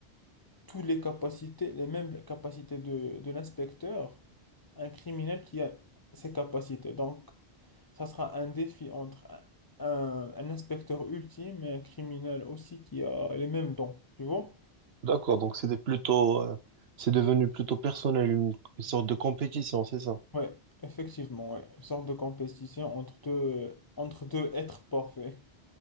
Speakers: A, on the left (about 40°); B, on the right (about 65°).
A: toutes les capacités, les mêmes capacités de, de l'inspecteur, un criminel qui a ces capacités. Donc, ça sera un défi entre un, un- un inspecteur ultime et un criminel aussi qui a les mêmes dons, tu vois?
B: D'accord, donc c'était plutôt, euh, c'est devenu plutôt personnel, une, une sorte de compétition, c'est ça?
A: Ouais, effectivement, ouais. Une sorte de compétition entre deux, entre deux êtres parfaits.